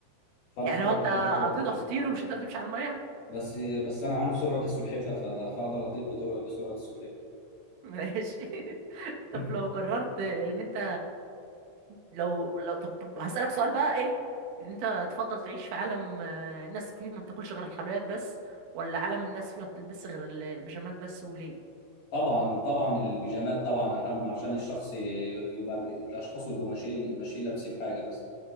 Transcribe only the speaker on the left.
فأنا
أختار
أطير بسرعة
سلحفة
بس بس انا عارف سرعه السلحفه ف- فاقدر اطير بطر- بسرعه السلحفه
<laughs>
طبعا طبعا البيجامات طبعا اهم عشان الشخص ي- يبقى الاشخاص يبقوا ماشيين ماشيين لابسين حاجه بس